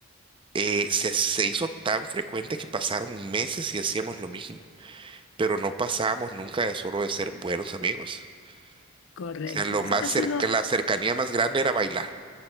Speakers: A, on the right; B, on the left.
A: Eh, se, se hizo tan frecuente que pasaron meses y hacíamos lo mismo pero no pasábamos nunca de solo de ser buenos amigos.
B: Correcto.
A: O sea, lo
B: O
A: más
B: sea, ha
A: cerca,
B: sido,
A: la cercanía más grande era bailar.